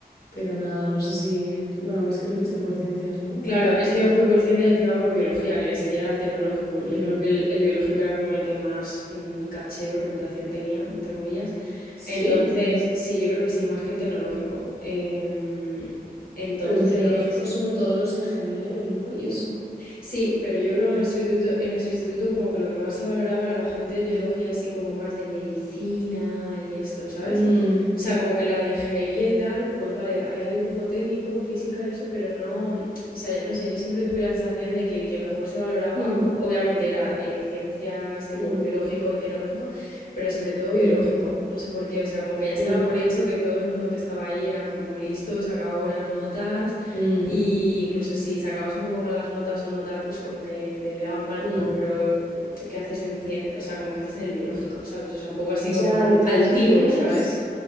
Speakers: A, on the left; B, on the left.
A: pero nada, no sé si, en tu- bueno, es que tú fuiste por ciencias, ¿no? Naturales.
B: Claro, es que yo fui por ciencia y encima por biología, que ni siquiera era el tecnológico, porque
A: Ya.
B: yo creo que el, el biológico era como el que más mm, caché o reputación tenía, entre comillas.
A: ¿Sí?
B: Entonces, sí, yo creo que sí, más que el tecnológico. Em, entonces,
A: Pero el tecnológico son todos los ingenieros, ¿no? Y eso.
B: Sí, pero yo creo que en nuestro instituto, en nuestro instituto como que lo que más se valoraba era la gente de biología, así como más de medicina y esto, ¿sabes?
A: Mm,
B: O sea, como que la de ingeniería y tal, pues vale, había dibujo técnico, física y eso, pero no, o sea, no sé, yo siempre tuve la sensación de que el que mejor se valoraba,
A: mm,
B: o- obviamente era eh, ciencias tipo
A: mm,
B: biológico y tecnológico, pero sobre todo biológico,
A: mm,
B: no sé por qué, o sea, como que ya se
A: mm,
B: daba por hecho que todo el mundo que estaba ahí era como listo, sacaba buenas notas.
A: mm,
B: Y incluso si sacabas un poco malas notas o no tal, pues como que te miraban mal, como,
A: mm.
B: pero ¿qué haces en cien- O sea, como que haces en el biológico, ¿sabes? O sea, un poco así
A: Ya,
B: como
A: de todas
B: altivo,
A: maneras,
B: ¿sabes?